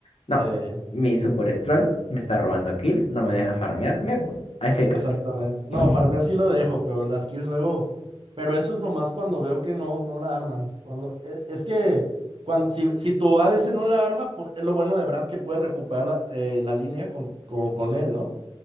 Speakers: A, on the left; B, on the right.
A: no,
B: Eh,
A: mi Super Stroll me está robando kills, no me deja farmear, me voy. a AFK.
B: Exactamente. No,
A: <laughs>
B: farmear sí lo dejo, pero las kills luego. Pero eso es nomás cuando veo que no, no la arman. Cuando... e- Es que cuando, si, si tu a ADC no la arma, pues es lo bueno de Brand que puede recuperar la, eh, la línea con, con, con él, ¿no?